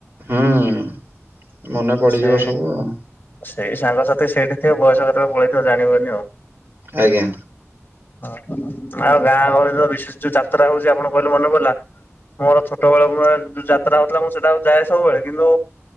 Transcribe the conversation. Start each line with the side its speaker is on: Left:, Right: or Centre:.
Right: ହୁଁ ମନେ ପଡିଯିବ
Left: ସେ
Right: ସବୁ ଆଉ।
Left: ସେଇ ସାଙ୍ଗସାଥି ସେଇଠି ଥିବ ବୟସ କେତବେଳେ ପଳେଇଥିବ ଜାଣିବନି ଆଉ।
Right: ଆଜ୍ଞା।
Left: ହଁ ଆଉ ଗାଁ ଗହଳିରେ ଯୋଉ ବିଶେଷ ଯୋଉ ଯାତ୍ରା ହଉଛି ଆପଣ କହିଲେ ମନେ ପଡିଲା। ମୋର ଛୋଟବେଳ ଯୋଉ ଯାତ୍ରା ହଉଥିଲା ମୁଁ ସେଟା ଯାଏ ସବୁବେଳେ କିନ୍ତୁ